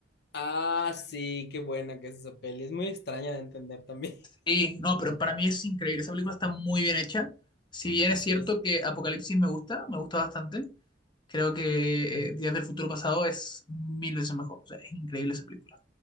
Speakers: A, on the left (about 60°); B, on the left (about 25°).
A: Ah, sí, qué buena que es esa peli. Es muy extraña de entender también. <laughs>
B: Sí, no, pero para mí es increíble. Esa película está muy bien hecha. Si bien es
A: Sí.
B: cierto que Apocalipsis me gusta, me gusta bastante, creo que eh, Días del Futuro Pasado es mil veces mejor. O sea, es increíble esa película.